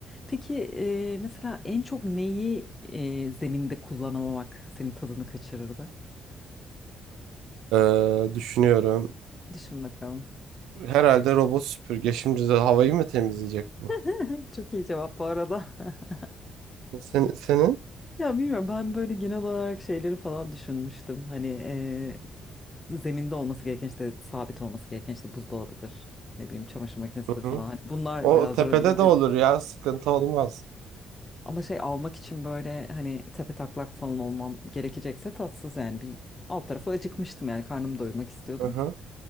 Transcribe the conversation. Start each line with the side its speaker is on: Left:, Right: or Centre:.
Left: Peki eee, mesela en çok neyi eee, zeminde kullanamamak senin tadını kaçırırdı?
Right: Ee, düşünüyorum.
Left: Düşün bakalım.
Right: Herhalde robot süpürge şimdi de havayı mı temizleyecek bu?
Left: <laughs> Çok iyi cevap bu arada. <laughs>
Right: Sen, senin?
Left: Ya bilmiyorum ben böyle genel olarak şeyleri falan düşünmüştüm. Hani eee, zeminde olması gereken işte sabit olması gereken işte buzdolabıdır. Ne bileyim çamaşır makinesidir
Right: Hı
Left: falan.
Right: hı.
Left: Hani bunlar
Right: O
Left: biraz
Right: tepede
Left: yorabilir
Right: de
Left: diye
Right: olur
Left: düşünüyorum.
Right: ya sıkıntı olmaz.
Left: Ama şey almak için böyle hani tepetaklak falan olmam gerekecekse tatsız yani bir alt tarafı acıkmıştım yani karnımı doyurmak istiyordum.
Right: Hı hı.